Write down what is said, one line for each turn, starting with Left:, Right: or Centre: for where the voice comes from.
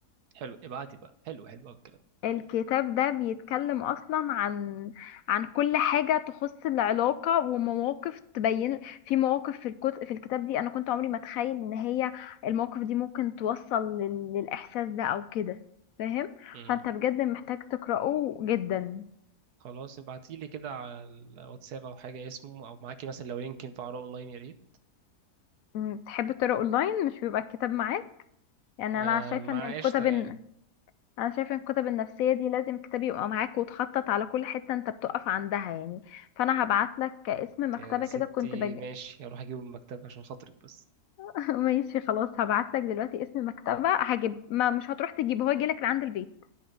Right: حلو ابعتي بقى حلو حلو أوي الكلام
Left: الكتاب ده بيتكلم اصلا عن عن كل حاجه تخص العلاقه ومواقف تبين في مواقف في الكتب في الكتاب دي انا كنت عمري ما اتخيل ان هي المواقف دي ممكن توصل لل- للاحساس ده او كده فاهم
Right: امم
Left: فانت بجد محتاج تقراه جدا
Right: خلاص ابعتيلي كده على الواتساب أو حاجة اسمه أو معاكي مثلا لو لينك ينفع أقراه أونلاين يا ريت
Left: م، تحب تقرا اونلاين مش بيبقى الكتاب معاك يعني
Right: آه
Left: انا شايفه
Right: مع
Left: ان الكتب
Right: قشطة يعني
Left: إن... انا شايفه ان الكتب النفسيه دي لازم كتاب يبقى معاك وتخطط على كل حته انت بتقف عندها يعني فانا هبعت لك اسم مكتبه
Right: يا ستي
Left: كده كنت بج...
Right: ماشي هروح اجيبه من المكتبة عشان خاطرك بس
Left: <laughs> ماشي خلاص هبعتلك دلوقتي اسم المكتبة هجيب ما مش هتروح تجيبه هو يجيلك لعند البيت